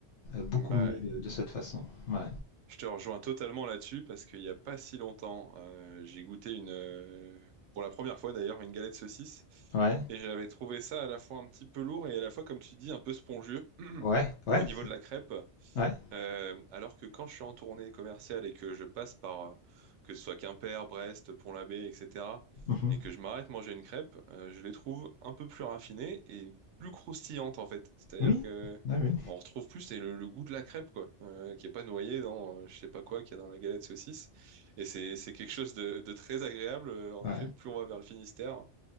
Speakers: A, on the left; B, on the right.
A: beaucoup
B: bah,
A: mieux de, de, cette façon. Ouais,
B: je te rejoins totalement là-dessus parce qu'il n'y a pas si longtemps, euh, j'ai goûté une, euh, pour la première fois d'ailleurs, une galette saucisse
A: ouais,
B: et j'avais trouvé ça à la fois un petit peu lourd et à la fois, comme tu dis, un peu spongieux
A: ouais,
B: <clears throat>
A: ouais.
B: au niveau
A: c'est-
B: de la crêpe.
A: ouais.
B: Euh, alors que quand je suis en tournée commerciale et que je passe par, euh, que ce soit Quimper, Brest, Pont-l'Abbé, etc.,
A: Mmh.
B: et que je m'arrête manger une crêpe, euh, je les trouve un peu plus raffinées et plus croustillantes en fait. C'est-à-dire
A: Oui,
B: que
A: ah oui,
B: on retrouve plus c'est le, le goût de la crêpe quoi, euh, qui est pas noyé dans euh, je sais pas quoi qu'il y a dans la galette saucisse. Et c'est c'est quelque chose de, de très agréable. euh, En
A: ouais.
B: effet, plus on va vers le Finistère,